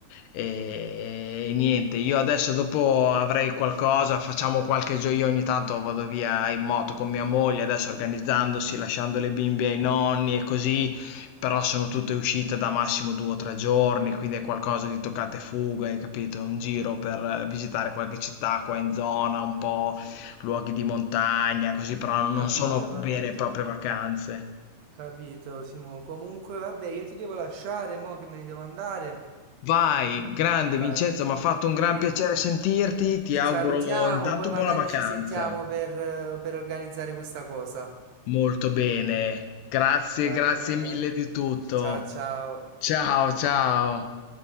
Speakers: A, on the left; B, on the right.
A: e, e niente, io adesso dopo avrei qualcosa, facciamo qualche gioco, io ogni tanto vado via in moto con mia moglie, adesso organizzandosi, lasciando le bimbe ai nonni e così, però sono tutte uscite da massimo due o tre giorni, quindi è qualcosa di toccate e fuga, hai capito? Un giro per visitare qualche città qua in zona, un po' luoghi di montagna, così però non
B: capito,
A: sono
B: capito,
A: vere e proprie vacanze.
B: capito, Simo. Comunque, vabbè, io ti devo lasciare, mo che me ne devo andare.
A: Vai, grande
B: Va.
A: Vincenzo, mi ha fatto un gran
B: E
A: piacere sentirti, ti
B: ci
A: auguro
B: salutiamo,
A: intanto
B: poi magari
A: buona vacanza.
B: ci sentiamo per, eh, per organizzare questa cosa.
A: Molto bene, grazie,
B: Va
A: grazie
B: bene,
A: mille di tutto.
B: ciao ciao.
A: Ciao, ciao.